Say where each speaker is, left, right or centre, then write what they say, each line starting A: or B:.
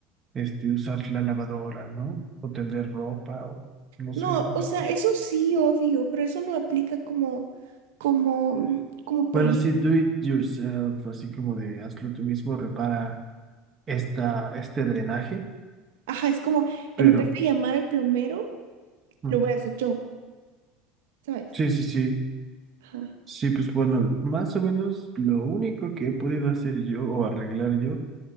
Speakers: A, on the right (about 30°); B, on the right (about 80°).
A: este, usar la lavadora, ¿no? O tender ropa, o no
B: No,
A: sé,
B: o
A: este.
B: sea, eso sí, obvio, pero eso no aplica como, como, como proyecto.
A: Bueno, sí, do it yourself, así como de hazlo tú mismo, repara esta, este drenaje,
B: Ajá, es como,
A: pero
B: en vez de llamar al plomero,
A: mm,
B: lo voy a hacer yo, ¿sabes?
A: sí, sí, sí.
B: Ajá.
A: Sí, pues bueno, más o menos lo único que he podido hacer yo o arreglar yo